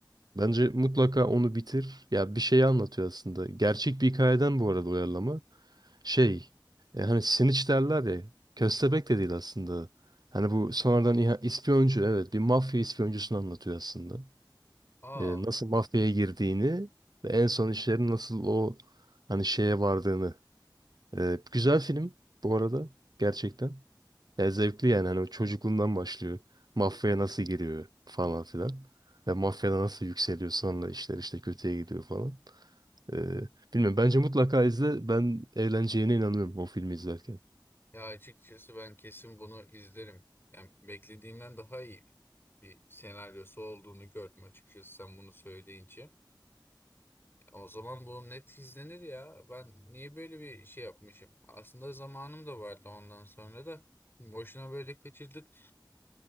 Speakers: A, on the right; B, on the left.
A: Bence mutlaka onu bitir. Ya bir şeyi anlatıyor aslında. Gerçek bir hikayeden bu arada uyarlama. Şey, e, hani Snitch derler ya. Köstebek de değil aslında. Hani bu sonradan iha- ispiyoncu, evet bir mafya ispiyoncusunu anlatıyor aslında.
B: Aa,
A: E, nasıl mafyaya girdiğini ve en son işlerin nasıl o hani şeye vardığını. E, güzel film bu arada gerçekten. Ya zevkli yani hani çocukluğundan başlıyor. Mafyaya nasıl giriyor falan filan. Ve mafyada nasıl yükseliyor sonra işler işte kötüye gidiyor falan. Ee, bilmiyorum bence mutlaka izle. Ben eğleneceğine inanıyorum o filmi izlerken.
B: ya açıkçası ben kesin bunu izlerim. Yani beklediğimden daha iyi bir senaryosu olduğunu gördüm açıkçası sen bunu söyleyince. O zaman bu net izlenir ya. Ben niye böyle bir şey yapmışım? Aslında zamanım da vardı ondan sonra da. Boşuna böyle kaçırdık.